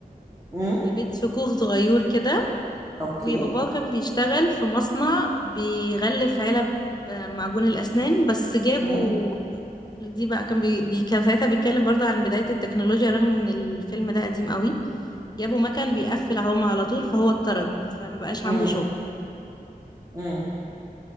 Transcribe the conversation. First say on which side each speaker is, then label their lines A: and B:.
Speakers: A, on the right (about 20°); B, on the left (about 25°).
A: امم
B: في بيت في كوخ صغير كده
A: اوكي
B: وباباه كان بيشتغل في مصنع بيغلف علب آه، معجون الأسنان بس جابوا
A: امم
B: دي بقى كان بي... بي... كان ساعتها بيتكلم برضه عن بداية التكنولوجيا رغم ان الفيلم ده قديم قوي جابوا مكان بيقفل اهو على طول فهو اتطرد فمبقاش
A: امم
B: عنده شغل
A: امم